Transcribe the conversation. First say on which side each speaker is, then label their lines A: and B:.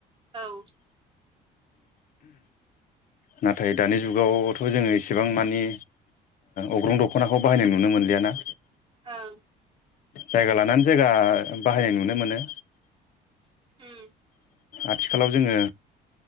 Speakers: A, on the right; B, on the left.
A: औ।
B: नाथाय दानि जुगावथ' जोङो इसेबां मानि अग्रं दख'नाखौ बाहायनाय नुनो मोनलियाना।
A: औं।
B: जायगा लानानै जायगा बाहायनाय नुनो मोनो।
A: उम
B: आथिखालाव जोङो